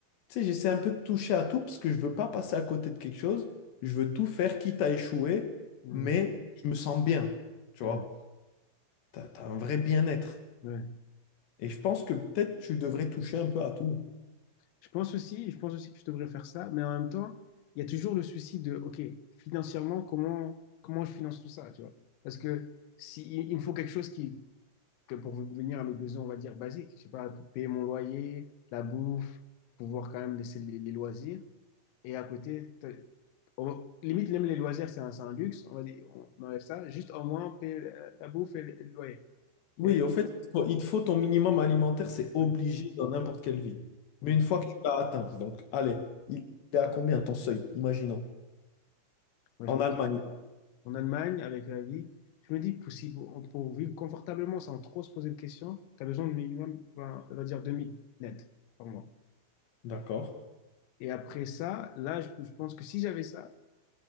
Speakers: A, on the left (about 65°); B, on the left (about 85°).
A: Tu sais, j'essaie un peu de toucher à tout parce que je veux pas passer à côté de quelque chose. Je veux tout faire, quitte à échouer,
B: mhm,
A: mais je me sens bien. Tu
B: mhm.
A: vois, tu as, un vrai bien-être.
B: Ouais, ouais.
A: Et je pense que peut-être tu devrais toucher un peu à tout.
B: Je pense aussi, je pense aussi que je devrais faire ça, mais en même temps, il y a toujours le souci de, OK, financièrement, comment, comment je finance tout ça, tu vois? Parce que si, il il me faut quelque chose qui, que pour venir à mes besoins, on va dire basiques, je sais pas, payer mon loyer, la bouffe, pouvoir quand même laisser les, les loisirs. Et à côté, t'as- on- limite, même les loisirs, c'est un, c'est un luxe, on va dire, on enlève ça, juste au moins payer la, la bouffe et le, et le loyer.
A: Oui,
B: Et,
A: au fait, il te faut, il te faut ton minimum alimentaire, c'est obligé
B: ouais.
A: dans n'importe quelle vie.
B: Ouais.
A: Mais une fois que tu l'as atteint, donc allez, il est à combien ton seuil, imaginons,
B: Moi,
A: en
B: je me
A: Allemagne,
B: dis, en Allemagne avec la vie. Je me dis, pour, si- pour pour vivre confortablement sans trop se poser de questions, tu as besoin de minimum, ben, on va dire 2000 net par mois.
A: d'accord?
B: Et après ça, là, je, je pense que si j'avais ça,